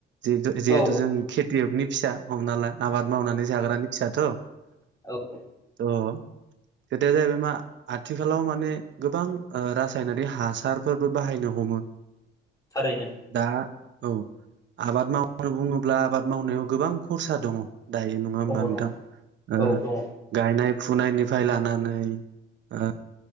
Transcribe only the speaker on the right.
जिहेतु जिहेथु
जों खेथियगनि फिसा हमना ला आबाद मावनानै जाग्रानि फिसाथ अ
खोथाया जाहैबाय मा आथिखालाव माने गोबां ओ रासायनारि हासारफोरबो बाहायनो हमो
दा औ आबाद मावबाय बुङोब्ला आबाद मावनायाव गोबां खरसा दङ दायो नङा होमबा
नोंथां
ओ
गायनाय फुनायनिफ्राय लानानै ओ